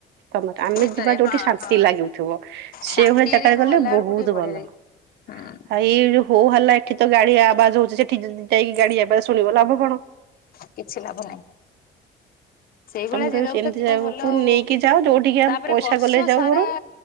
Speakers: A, on the right; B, on the left.
A: ତମ ଆମେ
B: ଭିତରେ
A: ଯିବା ଯୋଉଠି
B: ହଁ
A: ଶାନ୍ତି
B: ହଁ
A: ଲାଗୁଥିବ ସେଇ
B: ଶାନ୍ତି
A: ଭଳିଆ ଜାଗାରେ
B: ଏରିଆକୁ
A: ଗଲେ
B: ଗଲା ବେଳକୁ
A: ବହୁତ
B: ଟିକେ ବଢିଆ
A: ଭଲ।
B: ଲାଗେ। ହୁଁ।
A: ହାଇ ଯୋଉ ହୋ ହାଲା ଏଠି ତ ଗାଡି ଆବାଜ ହଉଛି। ସେଠି ଯଦି ଯାଇକି ଗାଡି ଆବାଜ ଶୁଣିବ ଲାଭ କଣ।
B: କିଛି ଲାଭ ନାହିଁ। ସେଇଭଳିଆ
A: ତମକୁ
B: ଜାଗାକୁ
A: ସେମିତି
B: ତ ଯିବା
A: ଜାଗାକୁ
B: ଭଲ ଆଉ,
A: ନେଇକି ଯାଅ ଯୋଉଠିକି ଆମେ
B: ତାପରେ
A: ପଇସା
B: ବର୍ଷ
A: ଗଲେ ଯାଉ
B: ସାରା
A: ବରଂ